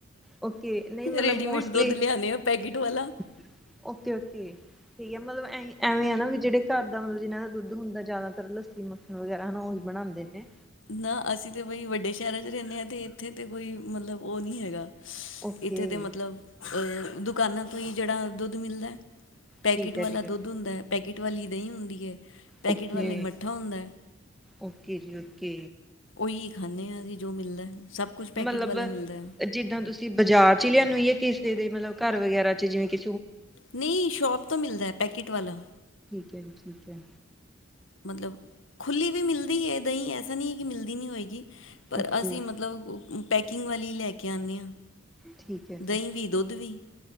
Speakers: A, in the centre; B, on the left.
A: ਓਕੇ। ਨਹੀਂ ਮਤਲਬ
B: ਰੇਡੀਮੇਡ
A: ਮੋਸਟਲੀ,
B: ਦੁੱਧ ਲਿਆਣੇ ਆ ਪੈਕਟ ਵਾਲਾ
A: ਓਕੇ, ਓਕੇ, ਠੀਕ ਹੈ। ਮਤਲਵ ਵੇਂ ਹਨ ਨਾ, ਵੀ ਜਿਹੜੇ ਘਰ ਦਾ ਜਿਹਨਾਂ ਦਾ ਦੁੱਧ ਹੁੰਦਾ, ਜ਼ਿਆਦਾਤਰ ਲੱਸੀ ਮੱਖਣ ਵਗੈਰਾ ਹਨਾ ਉਹੀ ਬਣਾਂਦੇ ਨੇ।
B: ਨਾ, ਅਸੀਂ ਤਾਂ ਬਈ ਵੱਡੇ ਸ਼ਹਿਰਾਂ 'ਚ ਰਹਿੰਨੇ ਹਾਂ ਅਤੇ ਇੱਥੇ ਤਾਂ ਕੋਈ ਮਤਲਬ ਉਹ ਨਹੀਂ ਹੈਗਾ।
A: ਓਕੇ
B: ਇੱਥੇ ਦੇ ਮਤਲਬ ਦੁਕਾਨਾਂ ਤੋਂ ਹੀ ਜਿਹੜਾ ਦੁੱਧ ਮਿਲਦਾ ਪੈਕੇਟ
A: ਠੀਕ ਹੈ
B: ਵਾਲਾ
A: ਠੀਕ
B: ਦੁੱਧ ਹੁੰਦਾ ਹੈ। ਪੈਕਟ ਵਾਲੀ ਦਹੀਂ ਹੁੰਦੀ। ਏ। ਪੈਕੇਟ
A: ਓਕੇ
B: ਵਾਲਾ ਈ ਮੱਠਾ ਹੁੰਦਾ।
A: ਓਕੇ ਜੀ ਓਕੇ
B: ਫਰੀ ਖਾਂਦੇ ਹਾਂ ਜੀ ਜੋ ਮਿਲਦਾ। ਸਭ ਕੁਝ ਪੈਕੇਟ
A: ਮਤਲਬ
B: ਵਾਲਾ ਮਿਲਦਾ ਹੈ
A: ਜਿੱਦਾਂ ਤੁਸੀਂ ਬਾਜ਼ਾਰ ਚ ਲਿਆਨ ਹੈ ਕਿਸੇ ਦੇ ਮਤਲਬ <inaudible> ਘਰ ਵਗੈਰਾ ਚ ਜਿਵੇਂ ਕਿ
B: ਨਹੀਂ ਸ਼ੋਪ ਤੋਂ ਮਿਲਦਾ ਪੈਕਟ ਵਾਲਾ।
A: ਠੀਕ ਹੈ।
B: ਮਤਲਬ ਖੁੱਲੀ ਵੀ ਮਿਲਦੀ ਹੈ। ਦਹੀਂ ਐਸਾ ਨਹੀਂ ਹੈ ਕਿ ਮਿਲਦੀ ਨਹੀਂ ਹੋਏਗੀ। ਪਰ
A: ਓਕੇ
B: ਅਸੀਂ ਮਤਲਬ- ਪੈਕਿੰਗ ਵਾਲੀ ਲੈ ਕੇ ਆਉਂਦੇ ਹਾਂ।
A: ਠੀਕ ਹੈ
B: ਦਹੀਂ
A: ਜੀ
B: ਵੀ, ਦੁੱਧ ਵੀ।